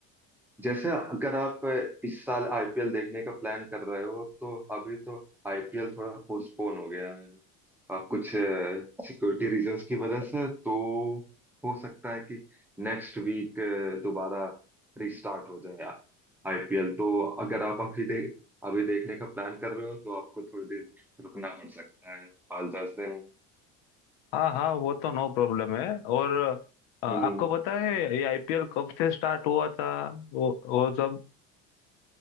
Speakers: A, in the centre; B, on the left.
A: जैसे अगर आप इस साल आईपीएल देखने का प्लान कर रहे हो तो अभी तो आईपीएल थोड़ा पोस्टपोन हो गया है आ, कुछ सिक्योरिटी रीजंस की वजह से तो हो सकता है कि नेक्स्ट वीक दोबारा रिस्टार्ट हो जाए आईपीएल तो अगर आप अभी दे अभी देखने का प्लान कर रहे हो तो आपको थोड़ी देर रुकना पड़ सकता है पाँच दस दिन
B: हाँ हाँ वो तो नो प्रॉब्लम है और अ, आपको
A: हम्म
B: पता है ये आईपीएल कब से स्टार्ट हुआ था वो वो सब